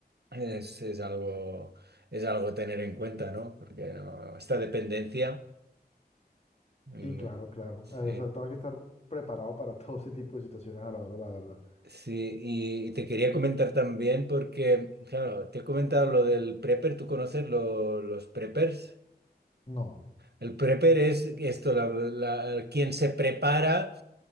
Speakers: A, on the right; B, on the left.
A: es, es algo, es algo a tener en cuenta, ¿no? Porque no, esta dependencia, mm,
B: Sí, claro, claro.
A: sí.
B: Eh, o sea, tú hay que estar preparado para <laughs> todo ese tipo de situaciones a la hora, de la verdad.
A: Sí, y, y te quería comentar también porque, claro, te he comentado lo del prepper, ¿tú conoces lo- los preppers?
B: No.
A: El prepper es esto, la, la- quien se prepara